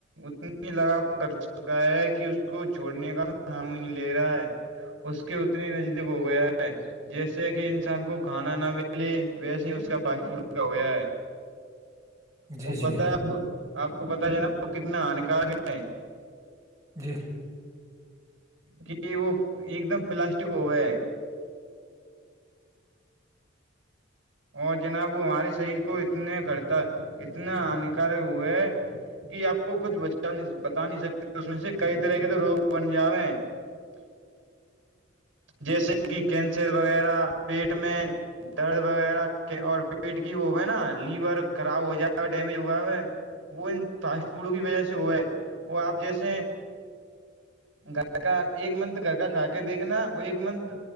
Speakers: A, on the right (about 70°); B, on the right (about 20°).
A: اتنی لگا کر چکا ہے کہ اس کو چھوڑنے کا توام ہی نہیں لے رہا ہے اس کے اتنے نزدیک ہو گیا ہے جیسے کہ انسان کو کھانا نہ ملے ویسے اس کا فاسٹ فڈ کا ہو ہے
B: جی
A: وہ
B: جی
A: پتا ہے اپ کو آپ کو پتا ہے نا وہ کتنا ہانکارک ہیں
B: جی
A: کہ وہ ایک دم پلاسٹک ہو گئے ہے اور جناب وہ ہمارے شریر کو اتنے کرتا اتنا ہانیکارک ہوئے کہ آپ کو کچھ بچ بتا نہیں سکتے اس میں سے کئی طرح کے روگ بن جاوے ہیں <unintelligible> جیسے کہ کینسر وغیرہ پیٹ میں درد وغہ اور پیٹ کی وہ ہے نا لیور خراب ہو جا ڈیمیج ہوا ہو وہ انا پڑوں کی وجہ سے وہ ہے اور آپ جیسے گھر کا ایک منتھ گھر کا کھا کے دیکھنا اور ایک منتھ